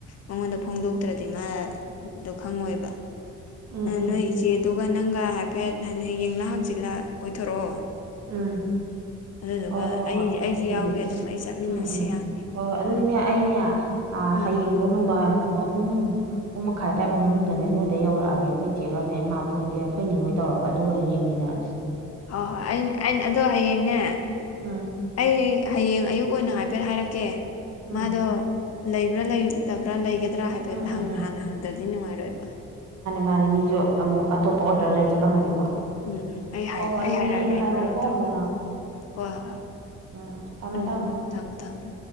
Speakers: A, on the left; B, on the right.
A: ꯃꯉꯣꯟꯗ ꯐꯣꯡꯗꯣꯛꯇ꯭ꯔꯗꯤ ꯃꯥꯗꯣ ꯈꯪꯉꯣꯏꯕ
B: ꯎꯝ ꯎꯝ
A: ꯅꯣꯏ ꯏꯆꯦꯗꯨꯒ ꯅꯪꯒ ꯍꯥꯏꯐꯦꯠ ꯍ ꯌꯦꯡꯅ ꯍꯪꯆꯤꯜꯂ ꯀꯣꯏꯊꯣꯔꯛꯑꯣ
B: ꯎꯝ
A: ꯑꯗꯨꯗꯨꯒ
B: ꯍꯣꯏ ꯍꯣꯏ
A: ꯑꯩ
B: ꯍꯣꯏ
A: ꯑꯩꯁꯨ
B: ꯑꯗꯨꯗꯤ
A: ꯌꯥꯎꯒꯦ ꯑꯗꯨꯝ ꯑꯩ ꯆꯠꯃꯤꯟꯅꯁꯤ
B: ꯎꯝ ꯎꯝ
A: ꯌꯥꯅꯤ
B: ꯍꯣꯏ ꯍꯣꯏ ꯑꯗꯨꯗꯤꯅꯦ ꯑꯩꯅꯦ
A: ꯎꯝ
B: ꯍꯌꯦꯡꯒꯣ ꯅꯨꯡꯗꯥꯡꯏꯔꯝ ꯄꯨꯡ ꯑꯍꯨꯝ ꯑꯍꯨꯝ ꯃꯈꯥꯏ ꯑ꯭ꯋꯥꯏꯐꯥꯎ ꯃꯅꯨꯡꯗꯅꯦ ꯅꯣꯏꯗ ꯌꯧꯔꯛꯑꯒꯦ ꯑꯩꯈꯣꯏ ꯆꯦꯒꯅꯦ ꯃꯥꯕꯨ ꯑꯦꯈꯣꯏꯅꯤ ꯍꯣꯏ ꯇꯧ ꯇꯧꯔꯒ ꯑꯗꯨꯒ ꯌꯦꯡꯃꯤꯟꯅꯔꯁꯤ
A: ꯍꯣꯏ ꯍꯣꯏ ꯑ ꯑꯩꯅ ꯑꯗꯣ ꯍꯌꯦꯡꯅꯦ
B: ꯎꯝ
A: ꯑꯩ ꯍꯌꯦꯡ ꯑꯌꯨꯛ ꯑꯣꯏꯅ ꯍꯥꯏꯐꯦꯠ ꯍꯥꯏꯔꯛꯀꯦ
B: ꯎꯝ
A: ꯃꯥꯗꯣ ꯂꯩꯕ꯭ꯔꯥ ꯂꯩꯇꯕ꯭ꯔꯥ ꯂꯩꯒꯗ ꯌꯥꯒꯠꯇ꯭ꯔꯥ ꯍꯥꯏꯐꯦꯠ
B: ꯎꯝ
A: ꯍꯥꯟꯅ
B: ꯎꯝ
A: ꯍꯪꯗ꯭ꯔꯗꯤ ꯅꯨꯡꯉꯥꯏꯔꯣꯏꯕ
B: ꯃꯥꯅꯤ ꯃꯤꯁꯨ ꯑꯃꯨꯛ ꯑꯇꯣꯞꯄ ꯑꯣꯔꯗꯔ ꯂꯩꯔ ꯆꯠꯂꯝꯃꯗꯤꯀꯣ
A: ꯎꯝ ꯎꯝ ꯑꯩ
B: ꯍꯣꯏ ꯍꯣꯏ
A: ꯑꯩ
B: ꯑꯗꯨꯗꯤ
A: ꯍꯥꯏꯔꯛꯑꯒꯦ
B: ꯍꯌꯦꯡ
A: ꯑꯩ
B: ꯍꯥꯏꯔꯛꯑꯣꯀꯣ
A: ꯃꯔꯣꯟ ꯇꯧꯔꯦ
B: ꯑꯃꯨꯛ ꯅꯪ
A: ꯍꯣꯏ ꯍꯣꯏ
B: ꯎꯝ ꯊꯝꯃꯦ
A: ꯎꯝ
B: ꯊꯝꯃꯦ
A: ꯎꯝ ꯊꯝꯃꯃꯦ ꯊꯝꯃꯃꯦ